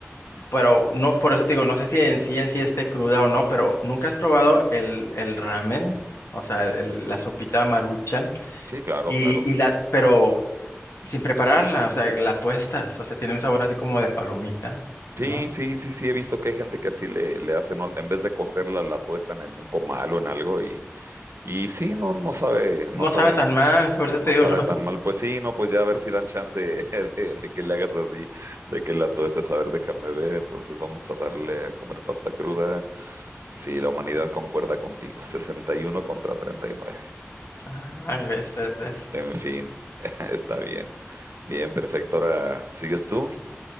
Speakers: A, on the left (about 70°); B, on the right (about 65°).
A: Pero no, por eso te digo, no sé si en sí en sí esté cruda o no, pero ¿nunca has probado el, el ramen? O sea, el- la sopita Maruchan
B: Sí, claro,
A: y,
B: claro.
A: y la, pero sin prepararla, o sea, la tuestas, o sea, tiene un sabor así como de palomita,
B: Sí,
A: ¿no?
B: sí, sí, sí, he visto que hay gente que así le, le hacen, ¿no? en vez de cocerla, la tuestan en un comal o en algo y, y sí, no, no sabe, no
A: No
B: sabe,
A: sabe tan mal, por eso
B: no
A: te digo,
B: sabe
A: <laughs>
B: tan
A: no.
B: mal. Pues sí, no, pues ya a ver si dan chance <laughs> de, de que le hagas así, de que la tuestes, a ver, déjame ver, entonces vamos a darle a comer pasta cruda. Sí, la humanidad concuerda contigo, Sesenta y uno contra treinta y nueve.
A: Ah, ves, ves, ves.
B: En fin, <laughs> está bien, bien, perfecto. Ahora, ¿sigues tú?